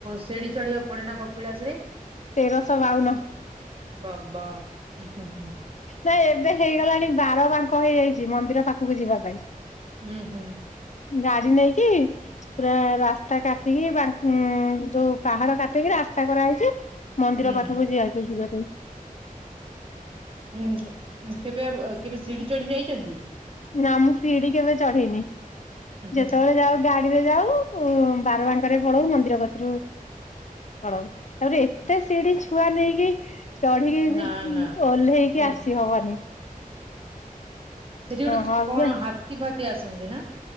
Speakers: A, on the right; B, on the left.
A: ସେଡି ଚଢିବାକୁ ପଡେନା କପିଳାସ ରେ?
B: ତେରଶ ବାଉନ।
A: ବାବା। ହୁଁ ହୁଁ ହୁଁ
B: ନାଇଁ ଏବେ ହେଇଗଲାଣି ବାର ବାଙ୍କ ହେଇଯାଇଛି ମନ୍ଦିର ପାଖକୁ ଯିବା ପାଇଁ।
A: ହୁଁ ହୁଁ।
B: ଗାଡି ନେଇକି ପୁରା ରାସ୍ତା କାଟିକି ବା ଯୋଉ ପାହାଡ କାଟିକି ରା ରାସ୍ତା କରାହେଇଛି ମନ୍ଦିର
A: ହୁଁ
B: ପାଖକୁ ଯିବାକୁ ଯିବା ପାଇଁ।
A: ହୁଁ ଉଁ କେବେ କେବେ ସିଢି ଚଢି ଯାଇଚନ୍ତି?
B: ନା ମୁଁ ସିଡି କେବେ ଚଢିନି
A: ହୁଁ, ହୁଁ,
B: ଯେତେବେଳେ ଯାଉ ଗାଡିରେ ଯାଉ ବାର ବାଙ୍କରେ ପଳଉ ମନ୍ଦିର କତିରୁ କଣ ତାପରେ ଏତେ ସିଡି ଛୁଆ ନେଇକି ଚଢିକିରି
A: ନା ନା
B: ଓହ୍ଲେଇକି
A: ହେ,
B: ଆସିହବନି।
A: ସେଠି ଗୋଟେ
B: ହଜବେଣ୍ଡ
A: କଣ ହାତୀ ଫାତି ଆସନ୍ତି ନା?